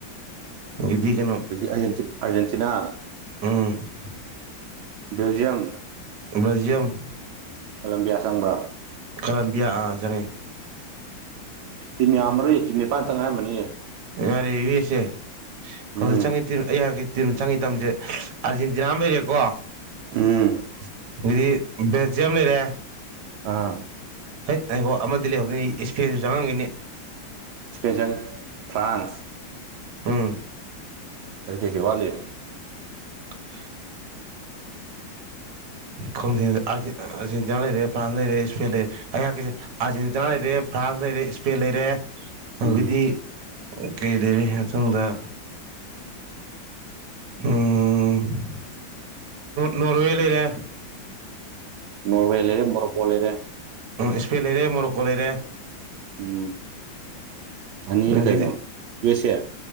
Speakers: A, on the right (about 60°); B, on the right (about 80°).
A: ꯏꯗꯤ ꯀꯅꯣ
B: ꯑꯔꯖꯦꯟꯇꯤꯅꯥ
A: ꯎꯝ
B: ꯕꯦꯜꯖꯤꯌꯝ
A: ꯕꯦꯜꯖꯤꯌꯝ
B: ꯀꯂꯝꯕꯤꯌꯥ ꯆꯪꯕ꯭ꯔꯥ
A: ꯀꯂꯝꯕꯤꯌꯥ ꯑꯥ ꯆꯪꯉꯦ
B: ꯇꯤꯝ ꯌꯥꯝꯃꯔꯨꯏ ꯇꯤꯝ ꯅꯤꯄꯥꯟ ꯊꯪ ꯉꯥꯏꯔꯝꯕꯅꯤꯌꯦ
A: ꯉꯔꯦ ꯌꯨ ꯑꯦꯁꯦ ꯍꯧꯖꯤꯛ
B: ꯎꯝ
A: ꯆꯪꯉꯤ ꯑꯩ ꯍꯥꯏꯥꯛꯀꯤ ꯇꯤꯝ ꯆꯪꯉꯤ ꯇꯝꯁꯦ ꯑꯥꯔꯖꯦꯟꯇꯤꯅꯥ ꯑꯃ ꯂꯩꯔꯦꯀꯣ
B: ꯎꯝ
A: ꯑꯗꯨꯗꯩ ꯕꯦꯜꯖꯤꯌꯝ ꯂꯩꯔꯦ
B: ꯑꯥ
A: ꯍ ꯑꯩꯈꯣ ꯑꯃꯗꯤ ꯂꯩꯍꯧꯗꯅꯤ ꯏꯁꯄꯦꯟꯁꯨ ꯆꯪꯉꯟꯈꯤꯅꯤ
B: ꯏꯁꯄꯦꯟ ꯆꯪꯏ ꯐ꯭ꯔꯥꯟꯁ
A: ꯎꯝ
B: ꯀꯔꯤ ꯀꯦꯔꯤ ꯋꯥꯠꯂꯤ
A: <unintelligible> ꯈꯪꯗꯦ ꯑꯔꯖꯦꯟꯇꯤꯅꯥ ꯂꯩꯔꯦ ꯐ꯭ꯔꯥꯟꯁ ꯂꯩꯔꯦ ꯏꯁꯄꯦꯟ ꯂꯩꯔꯦ ꯑꯩ ꯍꯥꯏꯔꯛ ꯀꯦꯁꯦ ꯑꯥꯔꯖꯦꯟꯇꯤꯅꯥ ꯂꯩꯔꯦ ꯐ꯭ꯔꯥꯟꯁ ꯂꯩꯔꯦ ꯏꯁꯄꯦꯟ ꯂꯩꯔꯦ ꯑꯗꯨꯗꯒꯤꯗꯤ
B: ꯎꯝ
A: ꯀꯩ ꯂꯩꯔꯤ ꯃꯊꯪꯗ ꯎꯝ ꯅꯣꯔꯋꯦ ꯂꯩꯔꯦ
B: ꯅꯣꯔꯋꯦ ꯂꯩꯔꯦ ꯃꯣꯔꯣꯄꯣ ꯂꯩꯔꯦ
A: ꯏꯁꯄꯦꯟ ꯂꯩꯔꯦ ꯃꯣꯔꯣꯛꯀꯣ ꯂꯩꯔꯦ
B: ꯎꯝ ꯑꯅꯤꯅ
A: ꯑꯗꯒꯤꯗꯤ
B: ꯀꯩꯅꯣ ꯌꯨ ꯑꯦꯁ ꯑꯦ